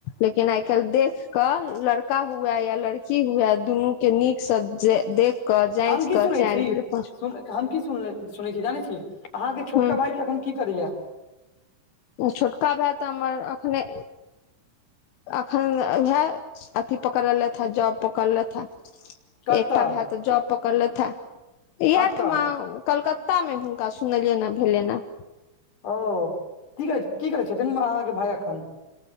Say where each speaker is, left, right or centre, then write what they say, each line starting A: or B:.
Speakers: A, on the left (about 80°); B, on the left (about 40°).
A: लेकिन आइ काल्हि देख कऽ लड़का हुए या लड़की हुए दुनू के नीकसँ जे देख कऽ जाँचि
B: हम की
A: कऽ
B: सुनै
A: चारि
B: छी
A: बेर पाँच
B: सुन हम की सुन सुनै छी जानै छी अहाँ के छोटका
A: ह
B: भाईजी अखन की करैया
A: छोटका भाय तऽ हमर अखने एखन उएह अथि पकड़ लेथ हे जॉब पकड़ लेथि हेँ
B: कतऽ
A: एकटा भाई तऽ जब पकड़लथ इहेठमा
B: कतऽ
A: कलकत्ता मे हुनका सुनलिए यै भेलन्हि अ
B: ओ की कर की करै छथिन अहाँके भाइ एखन